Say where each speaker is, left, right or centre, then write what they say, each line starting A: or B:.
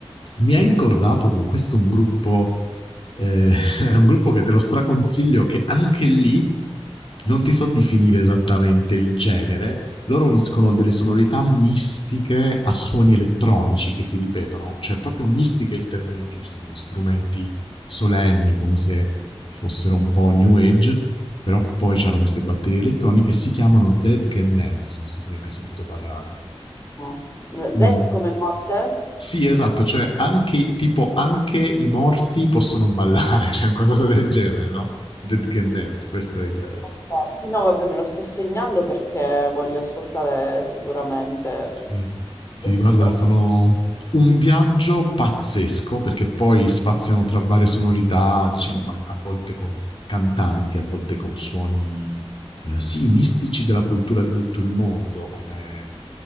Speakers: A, on the left; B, on the left.
A: mi hai ricordato con questo un gruppo, eh, <laughs> un gruppo che te lo straconsiglio, che anche lì non ti so definire esattamente il genere. Loro uniscono
B: sì.
A: delle sonorità mistiche a suoni elettronici che si ripetono, cioè proprio mistiche è il termine giusto, quindi strumenti solenni come se fossero un po' new age però poi c'hanno queste batterie elettroniche, si chiamano Dead Can Dance, non so se ne hai mai sentito parlare.
B: No.
A: Mm.
B: Det come morte?
A: Sì, esatto, cioè anche, tipo, anche i morti possono ballare, <laughs> cioè qualcosa del genere, no? Dead Can Dance, questo è il...
B: Ok, Sì, no, vabbè, me lo sto segnando perché voglio ascoltare sicuramente
A: Sì, sì
B: che si
A: guarda,
B: tratta
A: sono un viaggio pazzesco perché poi spaziano tra varie sonorità, diciamo, ma a volte con cantanti, a volte con suoni eh, sì, mistici della cultura di tutto il mondo, come